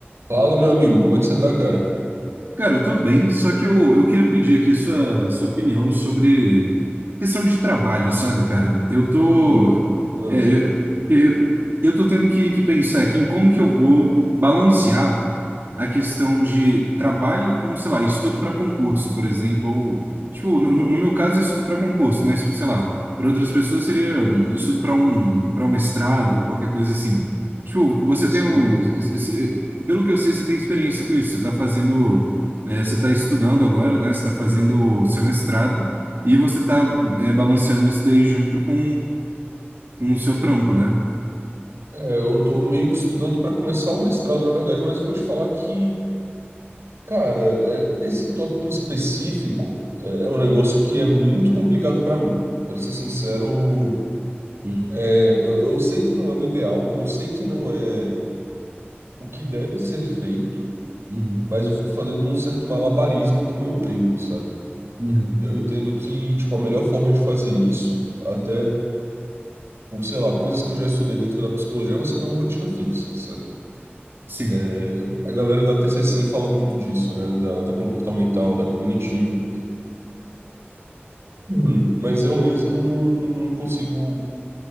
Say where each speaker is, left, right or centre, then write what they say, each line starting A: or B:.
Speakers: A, on the right; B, on the right.
A: Fala, meu amigo, como é que você tá, cara?
B: Cara, eu tô bem, só que eu, eu queria pedir aqui sua, sua opinião sobre questão de trabalho, sabe, cara? Eu tô,
A: E Ah,
B: é, eu, eu, eu tô tendo que, que pensar aqui em como que eu vou balancear a questão de trabalho com, sei lá, estudo para concurso, por exemplo, ou, tipo, no, no- meu caso, estudo para concurso, mas, sei lá, para outras pessoas seria hum, estudo para um, para um mestrado ou qualquer coisa assim. Tipo, você
A: sei.
B: tem um, c- c- c- pelo que eu sei, você tem experiência com isso, você tá fazendo é, você está estudando agora, né? Você está fazendo o seu mestrado e você está balanceando isso daí junto com, com o seu trampo, né?
A: É, eu tô meio que estudando pra começar o mestrado, na verdade, mas eu vou te falar que, cara, é, esse tópico em específico é, é um negócio que é muito complicado pra mim. Pra ser sincero,
B: Hum,
A: é, eu, eu sei que não é o ideal, eu sei que não é o que deve ser feito,
B: Uhum,
A: mas eu fico fazendo um certo malabarismo com o meu tempo, sabe?
B: uhum.
A: Eu entendo que, tipo, a melhor forma de fazer isso, até. por, sei lá, coisas que eu já estudei dentro da psicologia, você tem uma rotina fixa, sabe?
B: Sim.
A: É, a galera da TCC fala muito disso, né? Da, da comportamental, da cognitiva. Uhum. Mas eu mesmo não, não consigo.